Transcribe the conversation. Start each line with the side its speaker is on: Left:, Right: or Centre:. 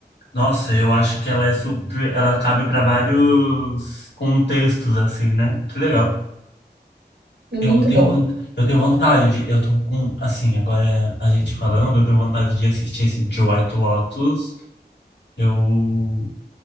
Left: Nossa, eu acho que ela é super, ela cabe para vários contextos assim, né? Que legal.
Right: É
Left: Eu
Right: muito
Left: tenho,
Right: bom.
Left: von- eu tenho vontade de, eu tô com, assim, agora a gente falando, eu tenho vontade de assistir esse de White Lotus. Eu